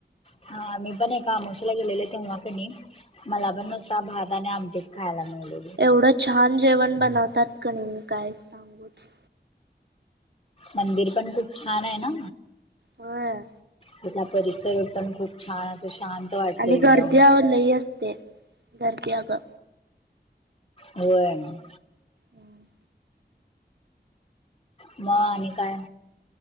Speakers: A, on the left; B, on the right.
A: हा मीपण एका अमोशाला गेलेले तेव्हा का नाई मला पण नुसता भात आणि आमटीच. खायला मिळलेली
B: एवढं छान जेवण बनवतात क नई काय सांगूच
A: मंदिर पण खूप छान आहे ना.
B: होय.
A: त्यातला परिसर पण खूप छान असं शांत वाटते
B: आणि
A: एकदम
B: गर्दी आओ लई असते, गर्दी अगं
A: हो आहे ना.
B: हम्म.
A: म आणि काय?